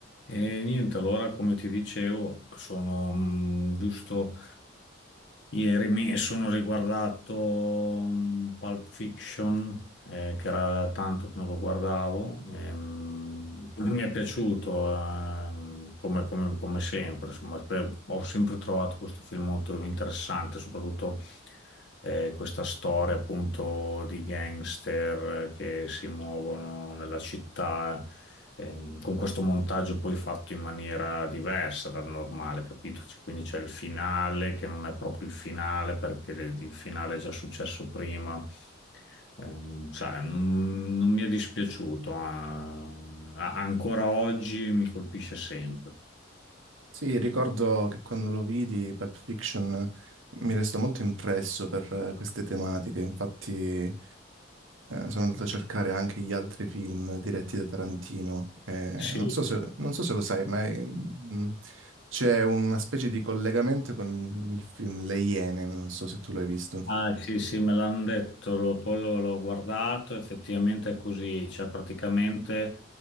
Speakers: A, on the left; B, on the right.
A: E niente, allora come ti dicevo, sono mh, giusto ieri mi sono riguardato mh, Pulp Fiction, eh, che era tanto che non lo guardavo, e, mh, mi è piaciuto ehm, come, come- come sempre, insomma, spe- ho sempre trovato questo film molto interessante, soprattutto eh, questa storia appunto di gangster eh, che si muovono nella città ehm, con questo montaggio poi fatto in maniera diversa dal normale, capito? C- Quindi c'è il finale che non è proprio il finale perché le- il finale è già successo prima. Ehm, sai, non, non mi è dispiaciuto, ah, a- ancora oggi mi colpisce sempre.
B: Sì, ricordo che quando lo vidi, Pulp Fiction eh, mi restò molto impresso per eh, queste tematiche, infatti eh, sono andato a cercare anche gli altri film diretti da Tarantino. Eh,
A: Sì.
B: non so se, non so se lo sai, ma eh, mh, c'è una specie di collegamento con il film Le Iene, non so se tu l'hai visto.
A: Ah, sì, sì, me l'hanno detto, l'ho- poi l'ho l'ho guardato, effettivamente è così, cioè praticamente